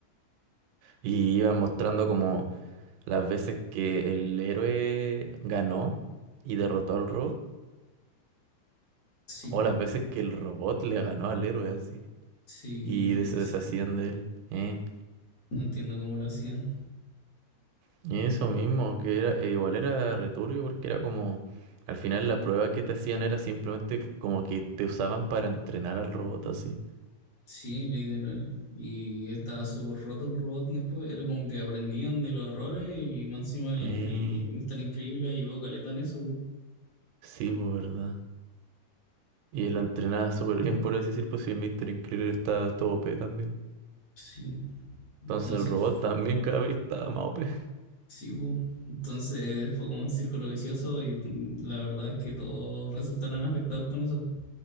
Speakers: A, on the right (about 80°); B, on the left (about 40°).
A: Y iban mostrando como Las veces que el héroe ganó y derrotó al robot,
B: Sí,
A: o las veces que el robot le ganó al héroe así
B: sí,
A: y
B: y fallecieron.
A: de- se deshacían de él. Eh,
B: No entiendo cómo lo hacían.
A: y eso mismo, que era, e igual era returbio porque era como, al final la prueba que te hacían era simplemente como que te usaban para entrenar al robot así.
B: Sí, literal. Y estaba súper roto el robot después. Era como que aprendían de los errores y más encima el,
A: Eh,
B: el Mr. Increíble ayudó caleta en eso, po.
A: sí, pues verdad. Y él lo entrenaba súper bien, por así decir, pues si el Mr. Increíble estaba todo OP también.
B: Sí. Entonces,
A: Entonces el robot
B: el f-
A: también cada vez estaba más OP.
B: sí, po. Entonces fue como un círculo vicioso y mm, la verdad es que todos resultaron afectados con eso.